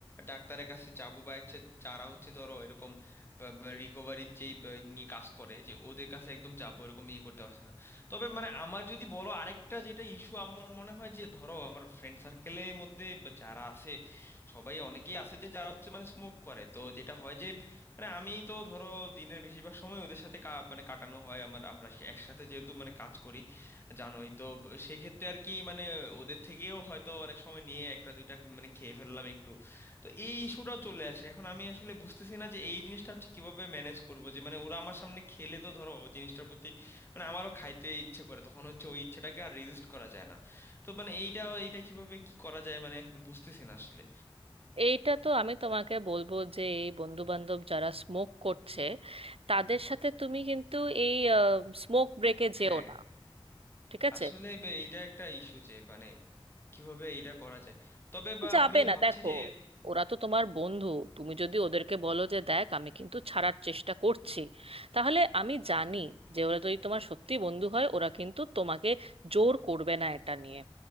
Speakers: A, on the left; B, on the right.
A: ডাক্তারের কাছে যাব বা একটা যারা হচ্ছে ধরো এরকম রিকভারির যেই বা- নিয়ে কাজ করে যে ওদের কাছে একদম যাবো এরকম ইয়ে করতে পারছে না তবে মানে আমার যদি বলো আরেকটা যেটা ইস্যু আমার মনে হয় যে ধরো আমার ফ্রেন্ড সার্কেলের মধ্যে বা যারা আছে সবাই অনেকেই আছে যে যারা হচ্ছে মানে স্মোক করে তো যেটা হয় যে মানে আমি তো ধরো দিনের বেশিরভাগ সময় ওদের সাথে কা- মানে কাটানো হয় আমার আমরা সে- একসাথে যেহেতু মানে কাজ করি জানোই তো ব- সেই ক্ষেত্রে আর কি মানে ওদের থেকেও হয়তো অনেক সময় নিয়ে একটা দুইটা ক- মানে খেয়ে ফেললাম একটু তো এই ইস্যুটাও চলে আসে এখন আমি আসলে বুঝতেছি না যে এই জিনিসটা হচ্ছে কিভাবে ম্যানেজ করব যে মানে ওরা আমার সামনে খেলে তো ধরো জিনিসটার প্রতি মানে আমারও খাইতে ইচ্ছে করে তখন হচ্ছে ওই ইচ্ছেটাকে আর রেজিস্ট করা যায় না তো মানে এইটা এইটা কিভাবে কি করা যায় মানে বুঝতেছি না আসলে
B: এইটা তো আমি তোমাকে বলবো যে এই বন্ধু বান্ধব যারা স্মোক করছে তাদের সাথে তুমি কিন্তু এই স্মোক ব্রেকে যেও
A: হ্যাঁ
B: না ঠিক আছে
A: আসলে বে এটা একটা ইস্যু যে মানে কিভাবে এটা করা যায় তবে বা
B: যাবে
A: আমি
B: না
A: ভাবছি
B: দেখো
A: যে
B: ওরা তো তোমার বন্ধু তুমি যদি ওদেরকে বলো যে দেখ আমি কিন্তু ছাড়ার চেষ্টা করছি তাহলে আমি জানি যে ওরা যদি তোমার সত্যি বন্ধু হয় ওরা কিন্তু তোমাকে জোর করবে না এটা নিয়ে